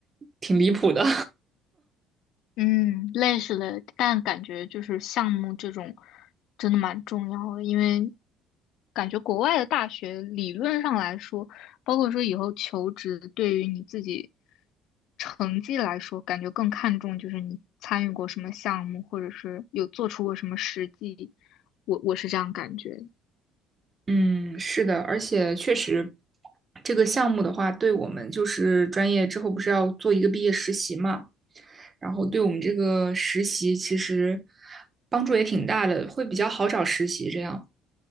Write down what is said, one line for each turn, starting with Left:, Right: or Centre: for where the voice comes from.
Right: 挺离谱的。
Left: 嗯，类似的，但感觉就是项目这种真的蛮重要的，因为感觉国外的大学理论上来说，包括说以后求职，对于你自己成绩来说，感觉更看重就是你参与过什么项目，或者是有做出过什么实际，我我是这样感觉。
Right: <laughs> 嗯，是的，而且确实，这个项目的话，对我们就是专业之后不是要做一个毕业实习嘛，然后对我们这个实习其实帮助也挺大的，会比较好找实习这样。